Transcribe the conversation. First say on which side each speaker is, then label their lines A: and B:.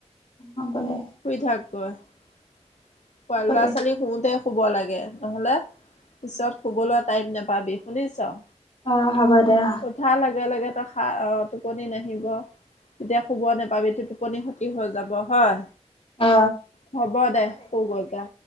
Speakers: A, on the left (about 55°); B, on the left (about 80°).
A: হ'ব দে
B: শুই থাক <unintelligible> ল'ৰা
A: হ'ব দে
B: ছোৱালী শুওতে শুব লাগে। নহলে পিছত শুবলৈ টাইম নাপাবি শুনিছ।
A: অ হ'ব দে অ
B: উঠা লগে লগে ত অ টোপনি নাহিব। তেতিয়া শুব নাপাবি ইটো টোপনি সতি হৈ যাব হয়?
A: অ
B: হ'ব দে সূগৈ যা।